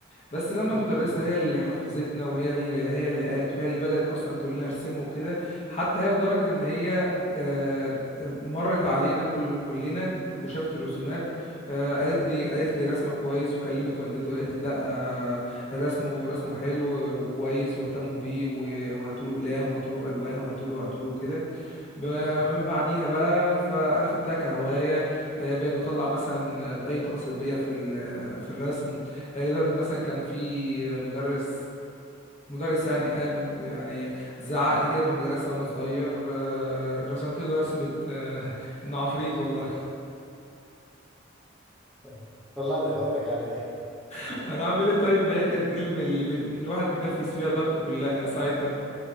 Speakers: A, on the left; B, in the centre.
A: بس لما
B: مم.
A: المدرسة هي اللي حفزتنا وهي اللي هي اللي قالت وهي اللي بدأت أصلا تقول لنا ارسموا وكده حتى هي لدرجة إن هي آه، مرت علينا كل كلنا وشافت الرسومات آه، قالت لي قالت لي رسمك كويس وكلمت والدتي وقالت لي لا آه، رسمه رسمه حلو وكويس واهتموا بيه و- وهاتوا له اقلام وهاتوا له الوان وهاتوا له وهاتوا له كده ب-
B: مم.
A: من بعديها بقى فانا خدتها كهوايه آه، بقيت بطلع مثلا اي طاقه سلبيه في ال- في الرسم يعني لدرجة مثلا كان في مدرس مدرس يعني قام يعني زعق لي كده في المدرسة وأنا صغير آه، رسمت له رسمة آه، <laughs> إنه عفريت والله
B: <laughs> طلعت هوايتك على إيه؟
A: <laughs> أنا أعمل إيه طيب ما هي كانت دي اللي بي- الواحد بينفذ فيها طاقته كلها كان
B: ف-
A: ساعتها